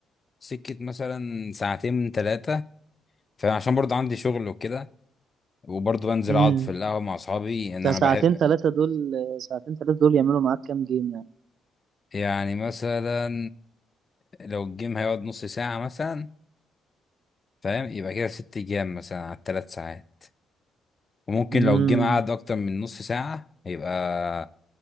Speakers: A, on the left; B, on the right.
A: سكه مثلا ساعتين من ثلاثه فعشان برضه عندي شغل وكده وبرضه بنزل
B: امم
A: اقعد في القهوه مع اصحابي ان
B: ده
A: انا بحب
B: ساعتين ثلاثة دول ساعتين ثلاثة دول يعملوا معاك كام جيم يعني
A: يعني مثلا لو الجيم هيقعد نص ساعه مثلا فاهم يبقى كده ست جيام مثلا على الثلاث ساعات وممكن
B: امم
A: لو الجيم قعد اكتر من نص ساعه يبقى